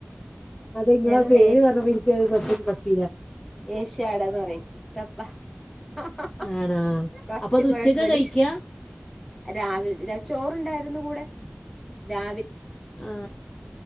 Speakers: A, on the left; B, in the centre.
A: അതെ ഇങ്ങളാ
B: ഞങ്ങളിവിടെ
A: പേര് പറഞ്ഞപ്പെ എനിയ്ക്ക് ബത്തരി പത്തിരാ
B: ഏഷ്യടന്ന് പറയും കപ്പ <unintelligible>
A: ആണോ
B: ച്ചു
A: അപ്പൊ അത്
B: കൂടെ
A: ഉച്ചക്കാ
B: ട്രഡീഷ്
A: കഴിക്കാ
B: രാവില ചോറുണ്ടായിരുന്നു കൂടെ രാ
A: ആ